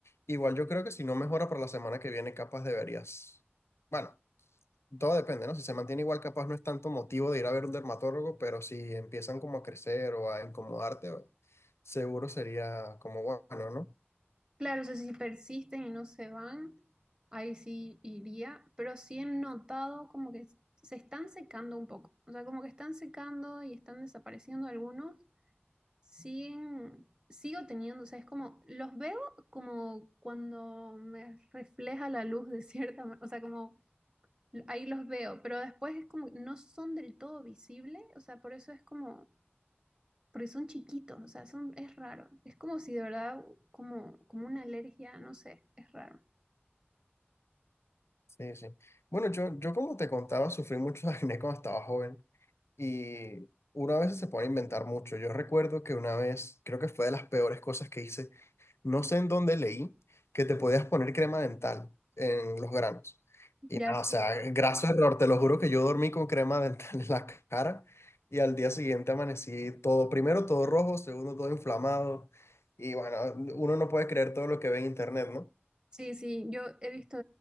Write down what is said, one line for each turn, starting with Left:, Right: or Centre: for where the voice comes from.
Left: igual yo creo que si no mejora para la semana que viene, capaz deberías. Bueno, todo depende, ¿no? Si se mantiene igual, capaz no es tanto motivo de ir a ver un dermatólogo, pero si empiezan como a crecer o a incomodarte, seguro sería como bueno, ¿no?
Right: Claro, o sea, si persisten y no se van, ahí sí iría, pero sí he notado como que se están secando un poco, o sea, como que están secando y están desapareciendo algunos, siguen, sigo teniendo, o sea, es como, los veo como cuando me refleja la luz de cierta manera, o sea, como ahí los veo, pero después es como, no son del todo visibles, o sea, por eso es como porque son chiquitos, o sea, son, es raro. Es como si de verdad, como, como una alergia, no sé, es raro.
Left: Sí, sí. Bueno, yo, yo como te contaba, sufrí mucho <laughs> de acné cuando estaba joven. Y una vez veces se pone a inventar mucho. Yo recuerdo que una vez, creo que fue de las peores cosas que hice, no sé en dónde leí, que te podías poner crema dental en los granos. Y
Right: Ya
Left: nada,
Right: sé.
Left: o sea, graso error, te lo juro que yo dormí con crema <laughs> dental en la cara y al día siguiente amanecí todo, primero todo rojo, segundo todo inflamado. Y bueno, uno no puede creer todo lo que ve en internet, ¿no?
Right: Sí, sí, yo he visto,